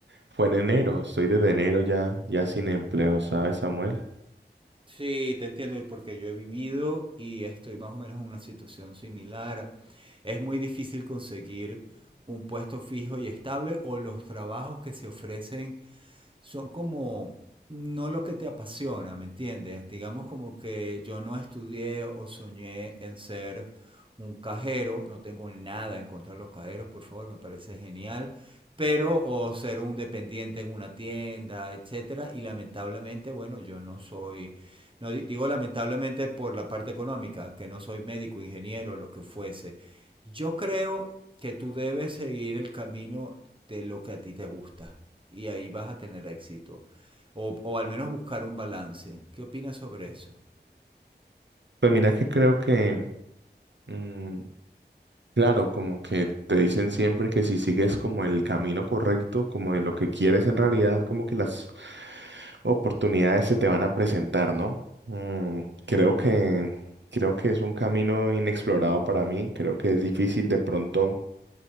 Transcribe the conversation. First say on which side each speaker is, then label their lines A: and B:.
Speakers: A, on the right (about 80°); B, on the right (about 30°).
A: fue en enero. Estoy desde enero ya, ya sin empleo, ¿sabes, Samuel?
B: Sí, te entiendo, y porque yo he vivido y estoy más o menos en una situación similar. Es muy difícil conseguir un puesto fijo y estable o los trabajos que se ofrecen son como no lo que te apasiona, ¿me entiendes? Digamos como que yo no estudié o soñé en ser un cajero, no tengo nada en contra de los cajeros, por favor, me parece genial, pero o ser un dependiente en una tienda, etcétera, y lamentablemente, bueno, yo no soy no di- digo lamentablemente por la parte económica, que no soy médico, ingeniero, lo que fuese. Yo creo que tú debes seguir el camino de lo que a ti te gusta y ahí vas a tener éxito. O, o al menos buscar un balance. ¿Qué opinas sobre eso?
A: Pues mira que creo que, mm, claro, como que te dicen siempre que si sigues como el camino correcto, como de lo que quieres en realidad, como que las oportunidades se te van a presentar, ¿no? Mm, creo que, creo que es un camino inexplorado para mí. Creo que es difícil de pronto.